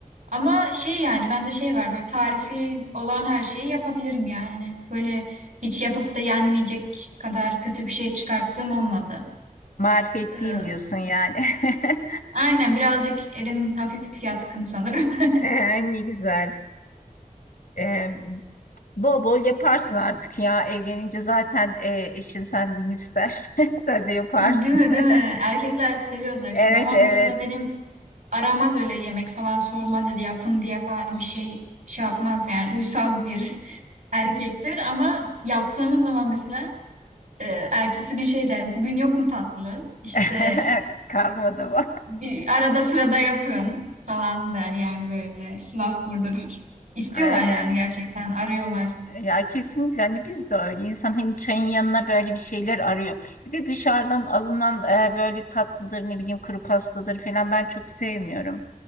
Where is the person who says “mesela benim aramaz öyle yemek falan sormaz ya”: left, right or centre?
Right